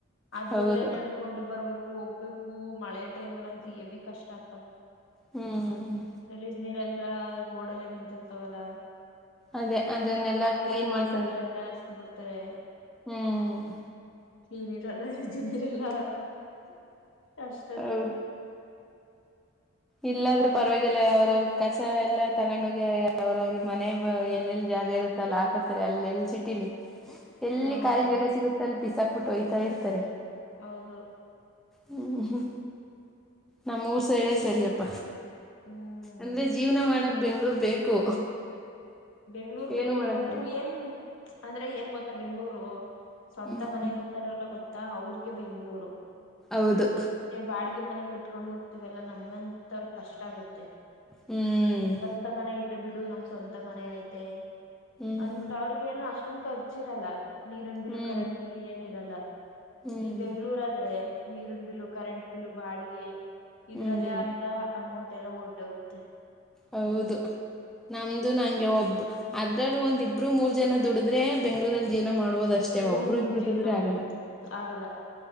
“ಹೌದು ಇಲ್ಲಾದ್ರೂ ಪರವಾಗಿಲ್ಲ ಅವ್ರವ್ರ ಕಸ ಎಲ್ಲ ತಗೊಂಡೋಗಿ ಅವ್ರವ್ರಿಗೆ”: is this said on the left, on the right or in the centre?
Centre